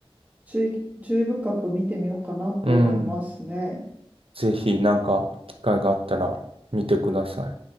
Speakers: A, on the right; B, on the right.
A: 注意、注意深く見てみようかなと思いますね。
B: うん。ぜひ、なんか、機会があったら見てください。